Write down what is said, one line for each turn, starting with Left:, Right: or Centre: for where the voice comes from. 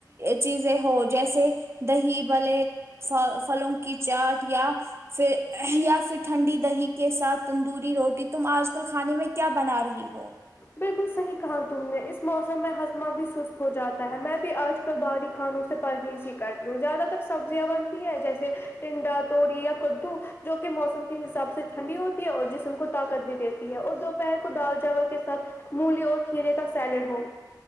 Right: چیزیں ہو جیسے دہی بلے ف فھلوں کی چاٹ یا پھر یا پھر ٹھنڈی دہی کے ساتھ تندوری روٹی تم آج کل کھانے میں کیا بنا رہی ہو
Left: بالکل صحیح کہا تم نے اس موسم میں ہاضمہ بھی سست ہو جاتا ہے میں بھی آج پھر داری کھانوں سے پرہیز ہی کرتی ہوں زیادہ تر سبزیاں بنتی ہیں جیسے ٹنڈا توور یا کدو جو کہ موسم کے حساب سے ٹھنڈی ہوتی ہے اور جسم کو طاقت بھی دیتی ہے اور دوپہر کو دال چاول کے ساتھ مولی اور کھیرے کا سیلڈ ہو